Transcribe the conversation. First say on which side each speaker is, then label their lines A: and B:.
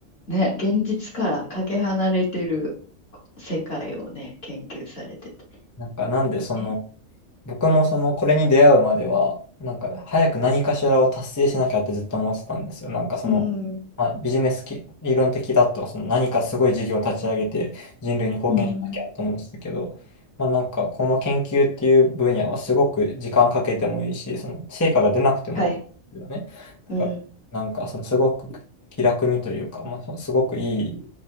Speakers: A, on the left; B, on the left.
A: う、ね、現実からかけ離れてる世界をね、研究されてて。
B: なんかなんでその、
A: え、
B: 僕もそのこれに出会うまでは、なんか早く何かしらを達成しなきゃってずっと思ってたんですよ。なんかその、
A: うん、
B: まあ、ビジネスき理論的だとその何かすごい事業を立ち上げて人類に貢献しなきゃと思ってたけど、
A: うん、
B: まあ、なんかこの研究っていう分野はすごく時間かけてもいいし、その成果が出なくてもいいですよね。
A: はい、
B: だからなんかそのすごく気楽にというか、
A: うん、
B: まあ、すごくいい